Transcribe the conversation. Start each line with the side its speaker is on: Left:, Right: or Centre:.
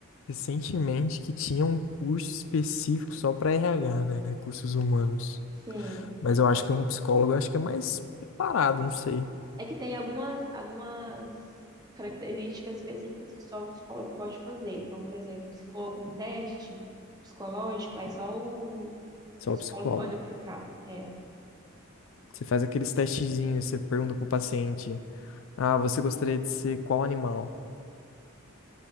Left: recentemente que tinha um curso específico só pra RH, né? Recursos humanos.
Right: Sim.
Left: Mas eu acho que um psicólogo eu acho que é mais preparado, não sei.
Right: É que tem algumas, algumas características específicas que só o psicólogo pode fazer. Então, por exemplo, se for algum teste psicológico, aí só o
Left: Só
Right: psicólogo
Left: o psicólogo.
Right: pode aplicar. É.
Left: Você faz aqueles testezinhos, você pergunta pro paciente: Ah, você gostaria de ser qual animal?